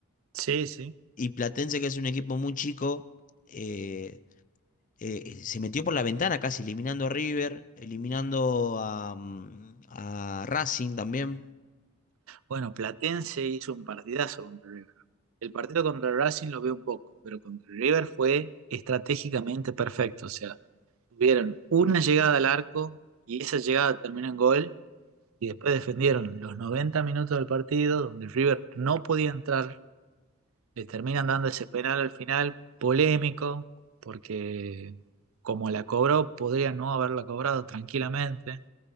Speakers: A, on the right; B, on the left.
A: Sí, sí.
B: Y Platense, que es un equipo muy chico, eh, eh, se metió por la ventana casi, eliminando a River, eliminando a, mm, a Racing también.
A: Bueno, Platense hizo un partidazo contra River. El partido contra Racing lo veo un poco, pero contra River fue estratégicamente perfecto. O sea, tuvieron una llegada al arco y esa llegada terminó en gol y después defendieron los 90 minutos del partido donde River no podía entrar le terminan dando ese penal al final, polémico, porque como la cobró, podría no haberla cobrado tranquilamente.